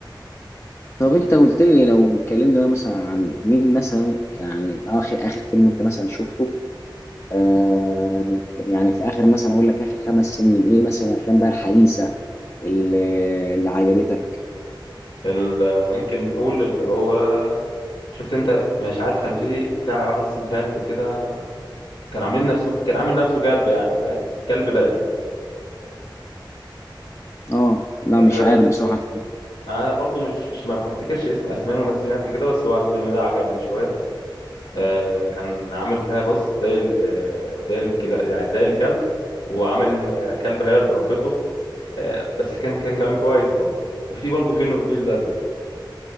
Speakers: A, on the left (about 35°); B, on the left (about 80°).
A: طب انت قلت لي لو اتكلمنا مثلا عن مين مثلا يعني اخر اخر فيلم انت مثلا شفته آه من- يعني في اخر مثلا اقول لك اخر خمس سنين ايه مثلا الافلام بقى الحديثه اللي, اللي عجبتك
B: ال- آه، ممكن نقول اللي هو شفت أنت مش عارف كان في بتاع واحد اسمه كلب كده كان عاملين نفسه كان عامل نفسه كلب يعني فاهم كلب بلدي
A: اه لا
B: كلب
A: مش
B: بلدي
A: عارف بصراحه
B: انا برضو مش مش ما بفتكرش اسم اسمائهم بس قد كده بس هو الفيلم ده عجبني شوية آه، كان عامل فيها بص زي ال زي الكلا يعني زي الكلب وعامل ان كلبة هي اللي ربته آه، بس كان كان كان كويس برضه وفي برضه فيلم الفيل الازرق